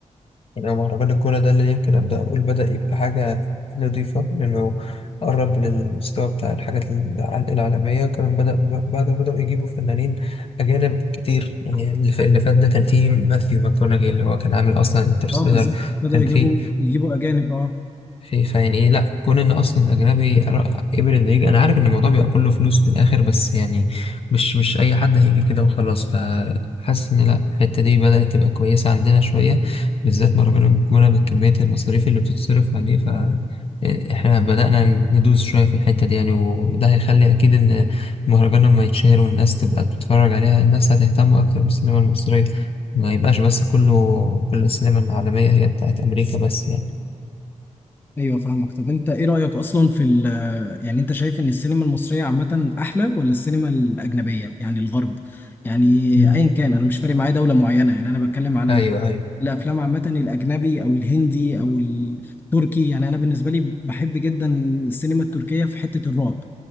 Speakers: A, on the left (about 45°); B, on the left (about 15°).
A: يعني هو مهرجان الجونة ده اللي يمكن أبدأ أقول بدأ يبقى حاجة نضيفة لأنه قرب للمستوى بتاع الحاجات الع- العالمية كمان بدأ بعد ما بدأوا يجيبوا فنانين أجانب كتير يعني اللي ف- اللي فات ده كان فيه ماثيو ماكونaughey اللي هو كان عامل أصلا انترستيلر
B: اه بالظبط بدأوا
A: كان
B: يجيبوا
A: فيه
B: يجيبوا اجانب اه
A: في فيعني ايه، لا كون ان اصلا اجنبي ر- قبل انه يجي انا عارف ان الموضوع بيبقى كله فلوس في الاخر بس يعني مش مش اي حد هيجي كده وخلاص فحاسس ان لا الحته دي بدات تبقى كويسه عندنا شويه بالذات مهرجان الجونه بكميه المصاريف اللي بتتصرف عليه ف احنا بدأنا ندوس شوية في الحتة دي يعني وده هيخلي أكيد إن المهرجان لما يتشهر والناس تبقى بتتفرج عليها الناس هتهتم أكتر بالسينما المصرية ما يبقاش بس كله كل السينما العالمية هي بتاعت أمريكا بس يعني
B: ايوه فاهمك طب انت ايه رأيك اصلا في ال يعني انت شايف ان السينما المصرية عامة احلى ولا السينما الاجنبية يعني الغرب يعني
A: مم.
B: ايا كان انا مش فارق معايا دولة معينة يعني انا بتكلم على
A: ايوه ايوه
B: الافلام عامة الاجنبي او الهندي او التركي يعني انا بالنسبة لي بحب جدا السينما التركية في حتة الرعب